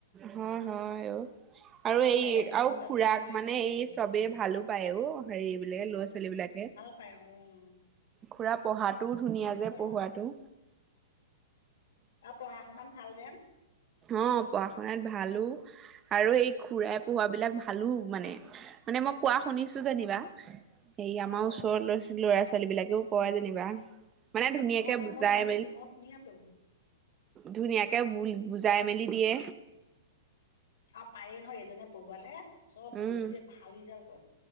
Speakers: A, on the right (about 20°); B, on the left (about 80°).
A: হ হয় আৰু
B: তাৰপৰা
A: আৰু এই
B: আকৌ মেলে মিটিংটো
A: আৰু খুৰাক
B: আছেই নহয়
A: মানে
B: আৰু
A: এই চবেই ভালো পায় অ হেৰি বিলাকে ল'ৰা ছোৱালী বিলাকে
B: পায়ওঁ
A: খুৰা পঢ়াটোও ধুনীয়া যে পঢ়োৱাটো
B: আৰু আৰু পঢ়া শুনাত ভাল যেন
A: অ পঢ়া শুনাত ভালো আৰু এই খুৰাই পোহোৱা বিলাক ভালো মানে মানে মই কোৱা শুনিছো যেনিবা হেৰি আমাৰ
B: অঁ
A: ওচৰ লৰা ছ ল'ৰা ছোৱালী বিলাকেও কয় যেনিবা মানে ধুনীয়াকে
B: হয় হয়
A: বুজাই
B: মই শুনি
A: মেলি
B: আছো মই শুনি আছো
A: ধুনীয়াকে ব বুজাই মেলি দিয়ে।
B: আৰু পায়ে নহয় এজনে পঢ়োৱালে চব
A: উম,
B: ল'ৰা ছোৱালীয়ে ভাল ৰিজাল্ট কৰে